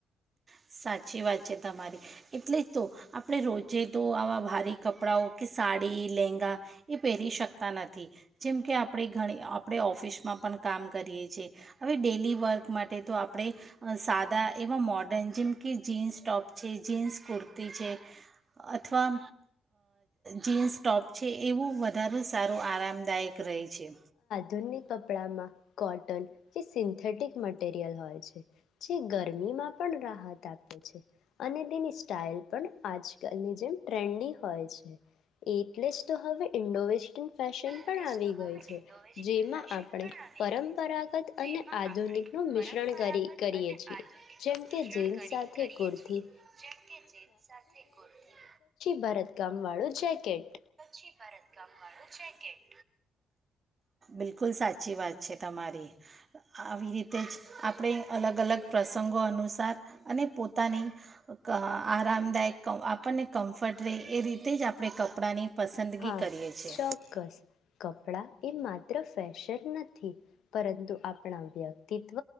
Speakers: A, on the right (about 35°); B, on the left (about 75°).
A: સાચી વાત છે, તમારી. એટલેજ તો આપણે રોજે તો આવાં ભારે કપડાંઓ કે સાડી, લહેંગા, એ પહેરી શકતા નથી, જેમ કે આપડે ઘણી આપડે ઓફિસમાં પણ કામ કરીએ છે. હવે ડેલી વર્ક માટે તો આપડે સાદા એવા મોડન જેમ કે જીન્સ ટોપ છે, જીન્સ કુર્તી છે, અથવા જીન્સ ટોપ છે એવું વધારુ સારું આરામ દાય
B: ધુનિ કપડામાં કોટન એ સિન્થેટિક મટીરિયલ હોય છે જે ગરમીમાં પણ રાહત આપે છે. અને તેની સ્ટાઇલ પણ આજ નિ જેેમ ટ્રેનડી હોય છે એટલે જ તો હવે ઇન્ડો વેસ્ટર્ન ફેશન
A: ડ્રેસ
B: પણ આવી
A: તો
B: ગઈ
A: હવે
B: છે
A: ઈન્ડો વેસ્ટન
B: જેમાં
A: ફેશન
B: આપણે
A: પણ આવી
B: પરંપરાગત
A: ગયો છે જેમાં
B: અને આધુનિકનું
A: આપણે પરંપરાગત
B: મિશ્રણ કરી કરીએ
A: અને
B: છીએ
A: આધુનિકનું
B: જેમ
A: મિશ્રણ
B: કે જીન્સ
A: કરી
B: સાથે
A: કરીએ
B: કુર્તી
A: છીએ જેમકે સાથે જીન્સ સાથે કુર્તી
B: ભારત કામવાળું જૅકેટ
A: ભારત કામવાળું જેકેટ બિલકુલ સાચી વાત છે તમારી આવી રીતે જ આપણે અલગ અલગ પ્રસંગો અનુસાર અને પોતાની આરામદાયક આપણને કમ્ફર્ટ એ રીતે જ આપણે કપડાંની. પસંદગી
B: હા
A: કરીએ છીએ
B: ચોક્કસ કપ. ડા એ માત્ર ફેશન નથી પરંતુ આપણા વ્યક્તિત્વ